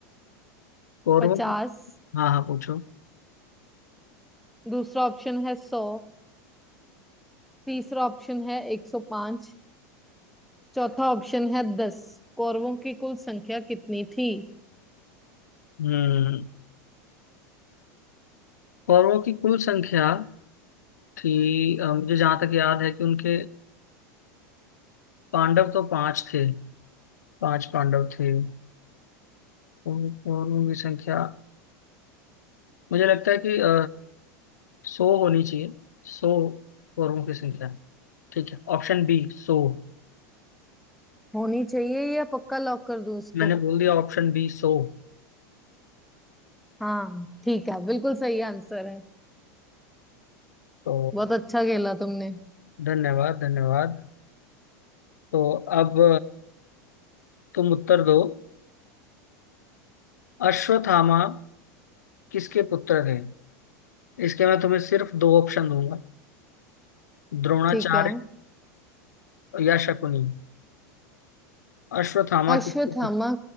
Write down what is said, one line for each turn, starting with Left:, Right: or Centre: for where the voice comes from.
Left: कौरवों
Centre: पचास
Left: की हाँ हाँ पूछो
Centre: दूसरा ऑप्शन है सौ तीसरा ऑप्शन है एक सौ पांच चौथा ऑप्शन है दस कौरवों की कुल संख्या कितनी थी
Left: हम्म कौरवों की कुल संख्या थी अ, मुझे जहां तक याद है कि उनके पांडव तो पांच थे पांच पांडव थे और कौरवों की संख्या मुझे लगता है कि अ, सौ होनी चाहिए सौ कौरवों की संख्या ठीक है ऑप्शन बी सौ
Centre: होनी चाहिए या पक्का लॉक कर दूं इसको
Left: मैंने बोल दिया ऑप्शन बी सौ
Centre: हाँ ठीक है बिल्कुल सही आंसर है
Left: तो
Centre: बहुत अच्छा खेला तुमने
Left: धन्यवाद धन्यवाद तो अब तुम उत्तर दो अश्वत्थामा किसके पुत्र थे इसके मैं तुम्हें सिर्फ दो ऑप्शन दूंगा द्रोणाचार्य
Centre: ठीक है
Left: या शकुनी अश्वत्थामा
Centre: अश्वत्थामा
Left: किसके पुत्र